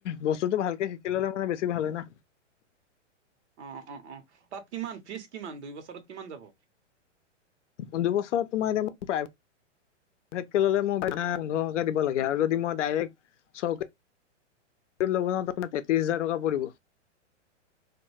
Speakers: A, on the left (about 75°); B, on the right (about 65°).
A: বস্তুটো ভালকে শিকি ললে মানে বেছি ভাল হয় না।
B: অঁ, অঁ, অঁ, তাত কিমান ফিজ কিমান দুই বছৰত কিমান যাব?
A: পোন্ধ বছৰত তোমাৰ এতিয়া প্ৰায় ভেট কে ললে মই পোন্ধৰশকে দিব লাগে আও, যদি মই ডাইৰেক্ট চৰকাৰি লব যাওঁ তাৰ তেত্ৰিছ হাজাৰ টকা পৰিব।